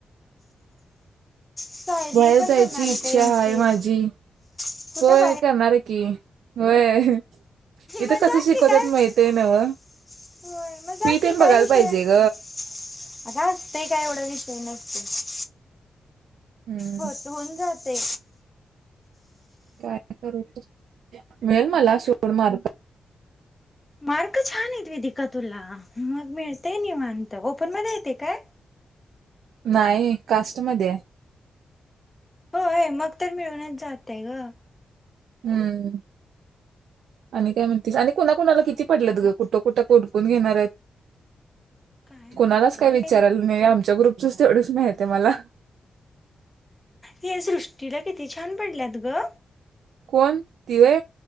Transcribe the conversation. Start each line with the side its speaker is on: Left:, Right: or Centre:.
Left: सायली
Right: बाहेर
Left: पण
Right: जायची
Left: करणार आहे
Right: इच्छा
Left: का एम
Right: आहे
Left: सी
Right: माझी
Left: ए कुठं
Right: होय करणार आहे की होय. इथं
Left: म
Right: कसं
Left: जा
Right: शिकवतात
Left: की काय होय
Right: माहितीय नव्ह.
Left: मग जा
Right: फी तेन
Left: की
Right: बघायला
Left: काय विषय
Right: पाहिजे
Left: अय
Right: ग.
Left: आग असतय काय एवढा विषय नसतय.
Right: हम्म
Left: होत होऊन जा ते
Right: काय मिळेल मला सोड मार्ग
Left: मार्क छान येत वेदिका तुला मग मिळते निवाणत ओपन मध्ये येते काय?
Right: नाही कास्टमध्ये आहे.
Left: होय मग तर मिळूनच जात तय ग
Right: हम्म आणि काय म्हणतीस आणि कुणाकुणाला किती पडलंत ग कुठं कुठं कोणकोण घेणार आहेत?
Left: काय माहिती
Right: कोणालाच काय
Left: बाई
Right: विचारयला नाही आमच्या ग्रुप तु तेवढच माहीत आहे मला
Left: हे सृष्टीला किती छान पडल्यात ग.
Right: कोण तिवे